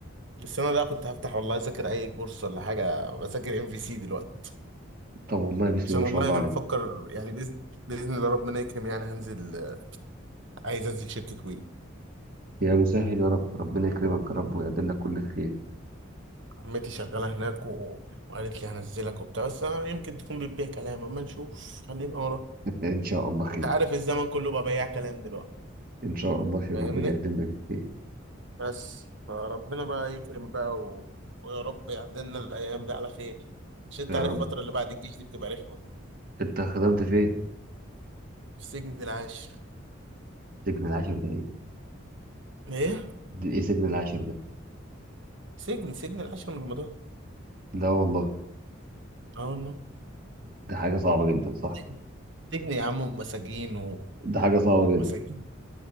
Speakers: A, on the right; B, on the right.
A: بس انا ده كنت هفتح والله اذاكر اي كورس ولا حاجه بذاكر ام في سي دلوقتي
B: طب والله بسم
A: عشان
B: الله ما
A: والله
B: شاء الله
A: بفكر
B: عليك
A: يعني باذن باذن الله ربنا يكرم يعني هنزل عايز انزل شركه وي
B: يا مسهل يا رب ربنا يكرمك يا رب ويقدم لك كل خير
A: عمتي شغاله هناك و... وقالت لي هنزلك وبتاع بس أنا يمكن تكون بتبيع كلام اما نشوف خلينا ورا
B: <laughs> ان شاء الله خير
A: انت عارف الزمن كله بقى بياع كلام دلوقتي
B: ان شاء الله خير
A: فاهمني
B: ربنا يقدم لك الخير
A: بس فربنا بقى يكرم بقى و... ويا رب يعدلنا الأيام دي على خير عشان أنت
B: يا
A: عارف
B: رب
A: الفترة اللي بعد الجيش دي بتبقى رخمة
B: انت خدمت فين
A: في سجن العاشر
B: سجن العاشر ده ايه
A: إيه؟
B: ده ايه سجن العاشر ده
A: سجن سجن العاشر من رمضان
B: لا والله
A: آه والله
B: ده حاجه صعبه جدا صح
A: سجن سجن يا عم ومساجين
B: ده حاجه صعبه
A: ومساجين
B: جدا